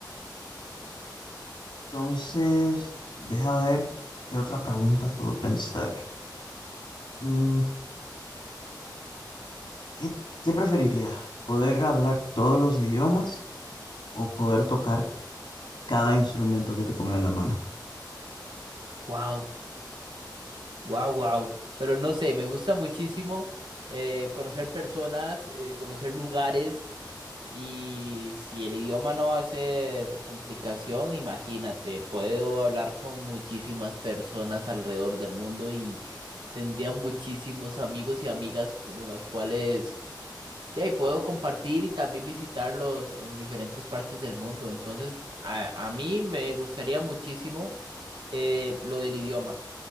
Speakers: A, on the left; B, on the right.
A: Entonces, deja ver qué otra pregunta puedo pensar. Mm, ¿qué, qué preferirías? ¿Poder hablar todos los idiomas o poder tocar cada instrumento que te ponga en la mano?
B: Wow, wow, wow. Pero no sé, me gusta muchísimo eh, conocer personas, eh, conocer lugares. Y si el idioma no va a ser complicación, imagínate, puedo hablar con muchísimas personas alrededor del mundo y tendría muchísimos amigos y amigas con las cuales ya y puedo compartir y también visitarlos en diferentes partes del mundo. Entonces, a, a mí me gustaría muchísimo eh, lo del idioma.